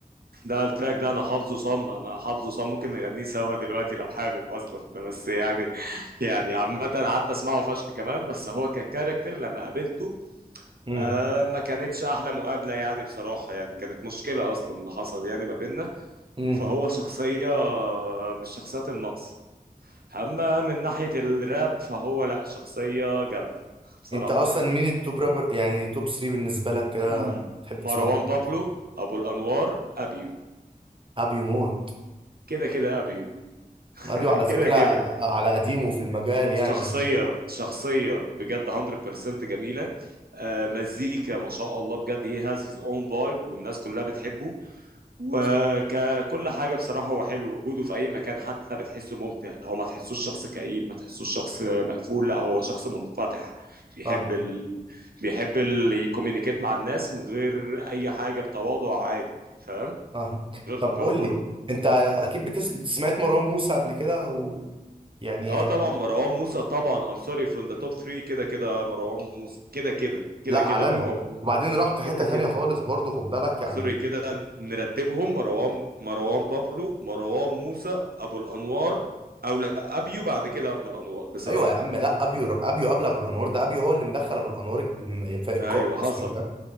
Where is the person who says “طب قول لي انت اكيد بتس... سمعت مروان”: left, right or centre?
Right